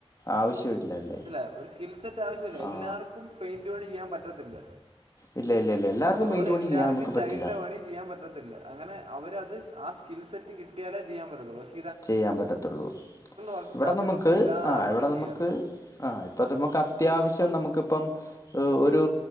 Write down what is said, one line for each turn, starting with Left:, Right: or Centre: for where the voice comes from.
Left: ആവശ്യമില്ലല്ലേ
Right: മനസ്സിലയോ ഒരു സ്കിൽ സെറ്റ് ആവശ്യല്ല എല്ലാർക്കും
Left: ആ
Right: പെയിന്റ് പണി ചെയ്യാൻ പറ്റ ത്തില്ല
Left: ഇല്ല ഇല്ല ഇല്ല എല്ലാവർക്കും
Right: അതുപോലെ
Left: പെയിൻറ് പണി
Right: എല്ലർക്കും
Left: ചെയ്യാൻ നമുക്ക് പറ്റില്ല
Right: തൈലിന്റെ പണി ചെയ്യാൻ പറ്റത്തില്ല. അങ്ങനെ അവരത് ആ സ്കിൽ സെറ്റ് കിട്ടിയാലേ ചെയ്യാൻ പറ്റ തെള്ളു പ
Left: ചെയ്യാൻ പറ്റത്തുള്ളൂ
Right: വർക്കാ
Left: ഇവിടെ നമുക്ക്
Right: എല്ലാവർക്കും
Left: ആ ഇവിടെ നമുക്ക്
Right: ചെയ്യാം
Left: ആ ഇപ്പൊ നമുക്ക് അത്യാവശ്യം നമുക്ക് ഇപ്പം ഒരു